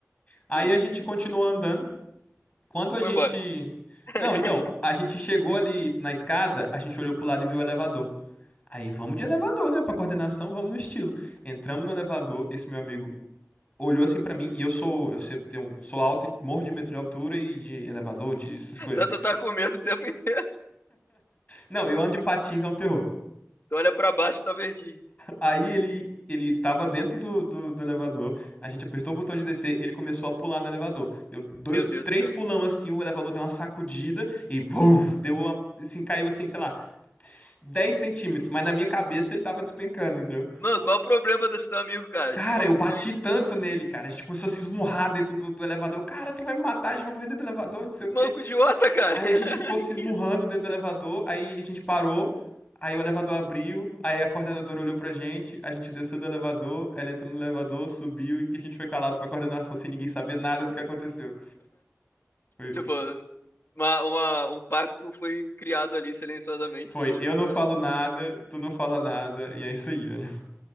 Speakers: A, on the left; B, on the left.
A: Aí
B: Sim,
A: a gente continuou andando. Quando a
B: foi
A: gente.
B: embora. <laughs>
A: Não, então, a gente chegou ali na escada, a gente olhou pro lado e viu o elevador. Aí vamos de elevador, né? Pra coordenação, vamos no estilo. Entramos no elevador, esse meu amigo olhou assim pra mim, e eu sou, eu sempre tenho- sou alto e morro de medo de altura e de elevador, de essas coisas.
B: Tanto tá com medo o tempo inteiro.
A: Não, eu ando de patins, é um terror.
B: Tu olha pra baixo da vertigem.
A: Aí ele ele tava dentro do, do, do elevador, a gente apertou o botão de descer, ele começou a pular no elevador. Deu dois,
B: Meu Deus
A: três
B: do céu.
A: pulão assim, o elevador deu uma sacudida e vuf, deu uma, assim, caiu assim, sei lá, 10 centímetros, mas na minha cabeça ele tava despencando, entendeu?
B: Mano, qual é o problema desse teu amigo, cara?
A: Cara,
B: De maluco
A: eu bati
B: doente.
A: tanto nele, cara. A gente começou a se esmurrar dentro do, do elevador. Eu, Cara, tu vai me matar, a gente vai morrer dentro do elevador, não sei o
B: De
A: quê.
B: maluco idiota, cara.
A: Aí
B: <laughs>
A: a gente ficou se
B: Que
A: esmurrando
B: isso?
A: dentro do elevador, aí a gente parou, aí o elevador abriu, aí a coordenadora olhou pra gente, a gente desceu do elevador, ela entrou no elevador, subiu e a gente foi calado pra coordenação, sem ninguém saber nada do que aconteceu. Foi,
B: Tipo, uma, uma- um pacto foi criado ali silenciosamente
A: foi,
B: de
A: eu
B: nunca.
A: não falo nada, tu não fala nada, e é isso aí, né?